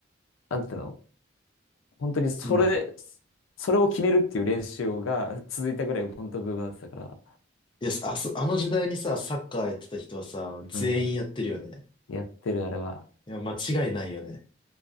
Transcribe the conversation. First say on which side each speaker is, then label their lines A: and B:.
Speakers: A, on the left; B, on the left.
A: なんていうの、本当にそれ、
B: うん。
A: それを決めるっていう練習が続いたぐらい本当ブームになってたから、
B: いや、あそ、あの時代にさ、サッカーやってた人はさ、全員やってるよね。
A: うん、やってるあれは。
B: いや、間違いないよね。